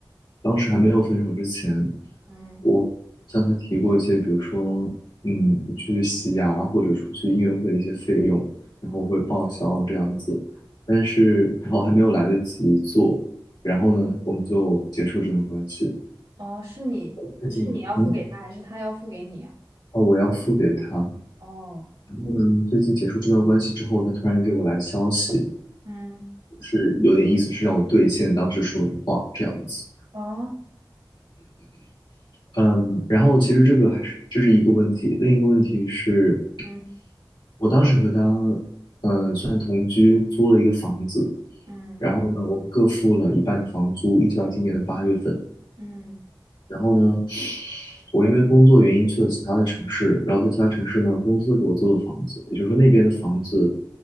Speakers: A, on the left (about 75°); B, on the right (about 85°).
A: 当时还没有分手之前，
B: 嗯
A: 我向他提过一些，比如说，嗯，去洗牙或者出去音乐会的一些费用，然后我会报销这样子。但是，然后还没有来得及做，然后呢，我们就结束这段关系。
B: 哦，是你是你要付给他，
A: 最近，嗯，
B: 还是他要付给你啊？
A: 哦，我要付给他。
B: 哦，
A: 然后呢，最近结束这段关系之后，他突然给我来消息。
B: 嗯，
A: 就是有点意思，是让我兑现当时说的话这样子。
B: 啊，
A: 嗯，然后其实这个还是这是一个问题，另一个问题是，
B: 嗯
A: 我当时和他嗯呃算同居，租了一个房子，
B: 嗯
A: 然后呢，我们各付了一半的房租，一直到今年的八月份。
B: 嗯，
A: 然后呢，我因为工作原因去了其他的城市，然后在其他城市呢，公司给我租了房子，也就是说那边的房子，